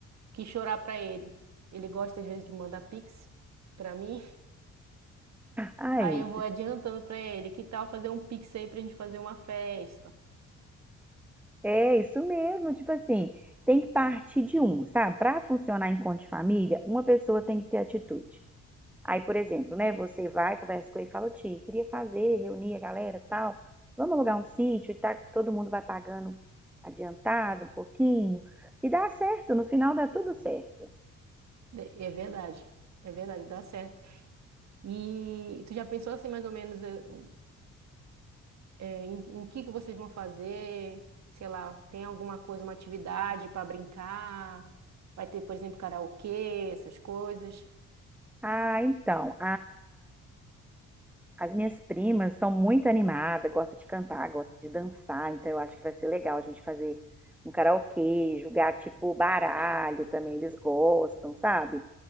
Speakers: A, on the right; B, in the centre.
A: que chorar para ele. Ele gosta às vezes de mandar pix para mim.
B: Ai.
A: Aí eu vou adiantando pra ele, que tal fazer um pix aí pra gente fazer uma festa?
B: É isso mesmo, tipo assim, tem que partir de um, sabe? Para funcionar enquanto de família, uma pessoa tem que ter atitude. Aí, por exemplo, né, você vai, conversa com ele e fala, Ti, queria fazer, reunir a galera, tal, vamos alugar um sítio e tá, todo mundo vai pagando adiantado um pouquinho, e dá certo, no final dá tudo certo.
A: De- É verdade, é verdade, dá certo. E tu já pensou assim mais ou menos eh, o- eh, em, em que que vocês vão fazer? Sei lá, tem alguma coisa, uma atividade pra brincar? Vai ter, por exemplo, karaokê, essas coisas?
B: Ah, então, As minhas primas são muito animadas, gostam de cantar, gostam de dançar, então eu acho que vai ser legal a gente fazer um karaokê, jogar tipo baralho também, eles gostam, sabe?